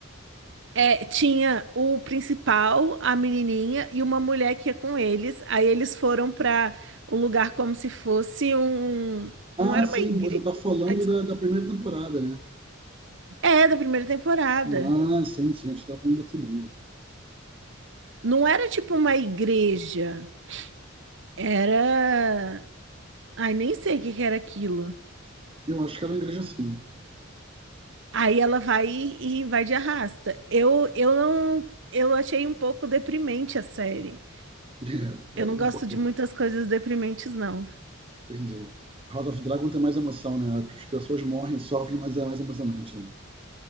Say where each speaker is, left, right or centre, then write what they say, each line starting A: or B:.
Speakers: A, on the right; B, on the right.
A: É, tinha o principal, a menininha e uma mulher que ia com eles. Aí eles foram para um lugar como se fosse um.
B: Ah,
A: Não era
B: sim,
A: uma igreja.
B: você tá falando
A: Ah, desculpa.
B: da, da primeira temporada, né?
A: É, da primeira temporada.
B: Ah, sim, sim, a gente estava falando da segunda.
A: Não era tipo uma igreja. Era. Ai, nem sei o que que era aquilo.
B: Eu acho que era uma igreja sim. <laughs>
A: Aí ela vai e e vai de arrasta. Eu, eu não. Eu achei um pouco deprimente a série.
B: é,
A: Eu
B: um
A: não gosto
B: pouquinho.
A: de muitas coisas deprimentes, não.
B: Entendi. House of Dragon tem mais emoção, né? As pessoas morrem, sofrem, mas é mais emocionante, né?